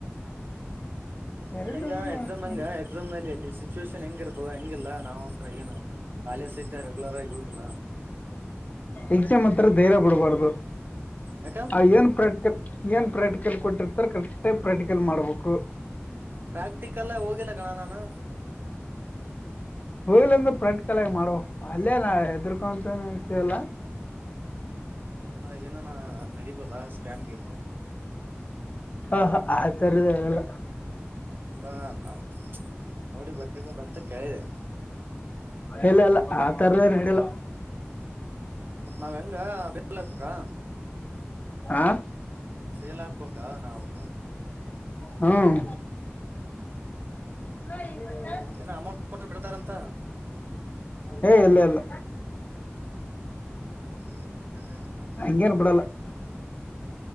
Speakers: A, on the left; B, on the right.
A: ಎರಡ್ನೂರ್
B: ಅದ ಹೆಂಗ
A: ಮಾರ್ಕ್ಸ್
B: ಎಕ್ಸಾಮ್ ಹಂಗ ಎಕ್ಸಾಮ್ ನಲ್ಲಿ ಅಲ್ಲಿ ಸಿಚುುವೇಷನ್ ಹೆಂಗಿರ್ತದ ಹೆಂಗಿಲ್ಲ ನಾವ್ ಅಂರ ಏನು ಕಾಲೇಜ ಸಹಿತ ರೆಗ್ಯುಲರ್ ಆಗಿ ಹೋಗಿಲ್ಲ
A: ಎಕ್ಸಾಮ್ ಹತ್ರ ಧೈರ್ಯ ಬಿಡ್ಬಾರ್ದು
B: ಯಕ..
A: ಆ ಏನು ಪ್ರಾಕ್ಟಿಕಲ್ ಏನು ಪ್ರಾಕ್ಟಿಕಲ್ ಕೊಟ್ಟಿರ್ತಾರೆ ಕರೆಕ್ಟಾಗಿ ಪ್ರಾಕ್ಟಿಕಲ್ ಮಾಡಬೇಕು.
B: ಪ್ರಾಕ್ಟಿಕಲ್ ಹೋಗಿಲ್ಲ ಕಣ ನಾನು
A: ಹೋಗ್ಲಂದು ಪ್ರಾಕ್ಟಿಕಲ್ ಆಗಿ ಮಾಡುವ ಅಲ್ಲೇ ನಾ ಎದರ್ಕೊಂತನ ವಿಷಯ ಎಲ್ಲ
B: ಅಲ್ಲ ಏನ ನಾ ನಡಬೋದಾ ಸ್ಕೇಾಮ ಗೇಮ
A: ಹಾ ಹ ಆ ತರದಲ್ಲ
B: ಅಲ್ಲಾ ನಮ್ಮ ನೋಡಿ ಬರಿಬೋದಂತ ಕೇಳಿದೆ
A: ಎಲ್ಲ ಎಲ್ಲ ಆ ತರದೇನ್ ಹಲ್ಲ
B: ಮತ್ತ ನಾವ್ ಹೆಂಗಫೇಲ್ ಹಾಕ್ಬೇಕಾ
A: ಹಾ
B: ಫೇಲ್ ಆಗ್ಬೇಕಾ ನಾವು
A: ಹ್ಮ್ ಹ ಬತಾ
B: ಏನ ಅಮೌಂಟ್ ಕೊಟ್ಟು ಬಿಡ್ತಾರಂತ
A: ಏ ಇಲ್ಲ ಇಲ್ಲ
B: ಏನಿಲ್ಲ ಏನಪ್ಪಾ
A: ಹಂಗಗೆನ್ ಬಿಡಲ್ಲ <inaudible>